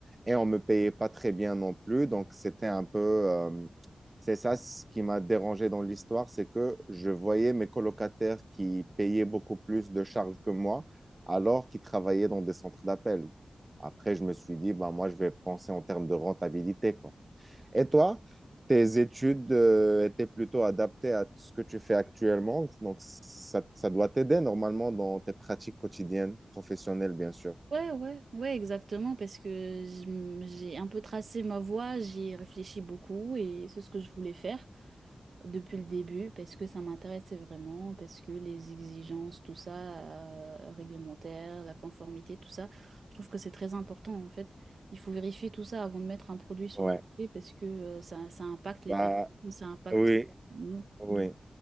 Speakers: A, on the right; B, on the right.
A: et on me payait pas très bien non plus. Donc c'était un peu euh, c'est ça ce qui m'a dérangé dans l'histoire, c'est que je voyais mes colocataires qui payaient beaucoup plus de charges que moi, alors qu'ils travaillaient dans des centres d'appel. Après, je me suis dit, bah, moi, je vais penser en termes de rentabilité, quoi. Et toi, tes études, euh, étaient plutôt adaptées à ce que tu fais actuellement, donc ça, ça doit t'aider normalement dans tes pratiques quotidiennes, professionnelles, bien sûr.
B: Ouais, ouais, ouais, exactement, parce que je m- j'ai un peu tracé ma voie, j'y ai réfléchi beaucoup et c'est ce que je voulais faire depuis le début, parce que ça m'intéressait vraiment, parce que les exigences, tout ça, euh, réglementaire, la conformité, tout ça, je trouve que c'est très important en fait. Il faut vérifier tout ça avant de mettre un produit sur
A: Ouais,
B: le marché parce que euh, ça, ça impacte
A: bah
B: les patients, ça impacte
A: oui,
B: nous.
A: oui.
B: Donc,